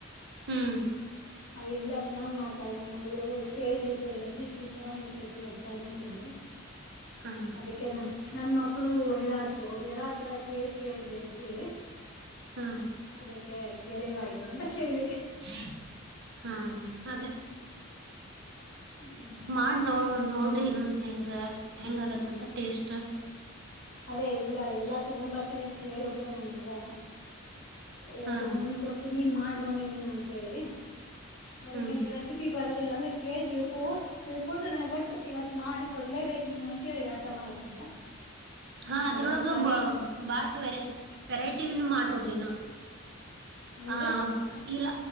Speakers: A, on the right; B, on the left.
A: ಹ್ಮ್
B: ಅ ಇಲ್ಲ ಚೆನ್ನಾಗ್ ಮಾಡ್ತಾಳ ನಮ್ ಮಗಳು ಕೇಳ್ರಿ ಸ ರೆಸಿಪಿ ಚೆನ್ನಾಗಿರ್ತೇತಿ ಅಂತ ಅನ್ನತಿದ್ಲು
A: ಹಾ
B: ಅದಕ್ಕೆನಾ
A: ಅದೇ
B: ನನ್ ಮಕ್ಳು ಹೇಳತ್ರರು ಅವರು ಹೇಳಾತರ ಕೇಳಿ ಕೇಳ್ರಿ ಅಂತೇಳಿ
A: ಹಾ
B: ಅದಕ್ಕೆ ಕೇಳಿದ್ರ ಆಯ್ತು ಅಂತ ಕೇಳಿದೆ
A: ಹ್ಮ <inaudible> ಹಾ ಅದೇ
B: ಹ್ಮ್
A: ಮಾಡ್ನೋಡ್ ರೀ ನಮ್ ಹೆಂಗ ಹೆಂಗಗತ್ತಂತ ಟೇಸ್ಟ್ ಷ್ಟ
B: ಅದೇ ಇಲ್ಲ ಎಲ್ಲಾ ತಗೊ ಬರ್ತೇನಿ ಅಂತ ಹೇಳಿ ಹೋಗಿದ್ದನ್ ನನ್ ಮಗ ಎಲ್ಲಾ
A: ಹಾ
B: ತಗೊಂಬಂದ್ ಕೊಡ್ತೀನಿ ಮಾಡ ಮಮ್ಮಿ ನೀನು ಅಂತ ಹೇಳಿ ಅದಕ್
A: ಹ್ಮ್
B: ನಂಗೆ ರೆಸಿಪಿ ಬರೋದಿಲ್ಲ ಅಂದ್ರೆ ಕೇಳ್ತಿವಿ ತಿಳ್ಕೊಂಡು ನನಗ್ ಒಟ್ಟು ಇವತ್ ಮಾಡಿ ಕೊಡ್ಲೇಬೇಕು ನೀನು ಅಂತೇಳಿ ಆಟ ಮಾಡತಿದ್ದ
A: ಹಾ ಅದ್ರೊಳಗ
B: ಅದಕ್ಕೆ ಖಾಲಿ
A: ಬ ಬಾಳ ವೆರ ವೆರೈಟಿನ್ನು ಮಾಡ್ಬೋದು ಇನ್ನು <inaudible>
B: ಅಂದ್ರೆ
A: ಆ ಇಲ್ಲ